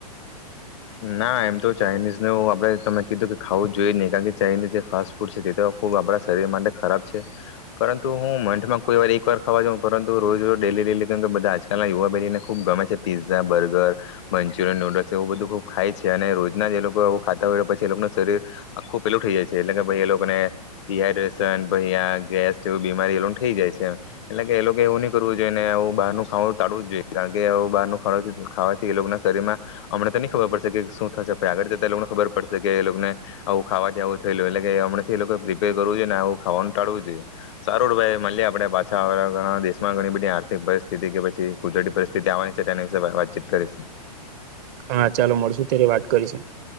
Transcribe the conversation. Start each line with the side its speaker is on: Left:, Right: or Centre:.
Left: ના એમ તો ચાઇનીઝને આપણેે તમે કીધું કે ખાવું જ જોઈ જ નહીિ કારણ કે ચાઇનીઝ જે ફાસ્ટ ફૂડ છે તે તો ખૂબ આપણા શરીર માટે ખરાબ છે પરંતુ હું મંથમાં કોઈ વાર એક વાર ખાવા જાઉં પરંતુ રોજ રોજ ડેલી લેલી કેમ કે બધા આજકાલ યુવા બહેનેુબ ગમે છે પીઝા બર્ગર મંચુરિયન નુડલ્સ એવું બધું ખૂબ ખાય છે અને રોજના જ એ લોકો આવું ખાતા હોય પછી એ લોકોનું શરીર આખું પેલું થઈ જાય છે એટલે કે ભાઈ એ લોકોને તિહ રસન બૈયા ગેસ જેવી બીમારી એ લોકોને થઈ જાય છેમ એટલે કે એ લોકો એવું નહી કરવું જોઈએનેું બહારનું ખાવાનું ટાવું જ જોઈએ કારણ કે બહારનું ખ ખાવાથી એ લોકો ના શરીરમાં અમને તો નહી ખબર પડશે શું થશે આગળ એ લોકોને ખબર પડશે કે એ લોકોને આવું ખાવાથી આવું થયે એટલે કે હમણાથી એ લોકો પ્રિપેર કરવું જોઈએને આવું ખવાનું ટાળવું જોઈએ સારું ભ માે આપણે પાછા ઘણા દેશમાં ઘણી બધી આર્થિક પરિસ્થિતિ કે પછી કુદરતી પરિસ્થિતિ આવવાની છે તેના વિ વાતચીત કરીશું
Right: હા ચાલો મળશુ ત્યારે વાત કરીશ